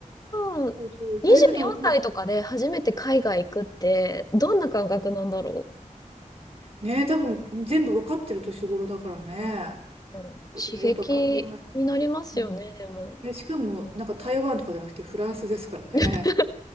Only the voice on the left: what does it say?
なんだ。
24歳とかで初めて海外行くって、どんな感覚なんだろ
ううん、うん刺激になりますよね、
でも。
<laughs>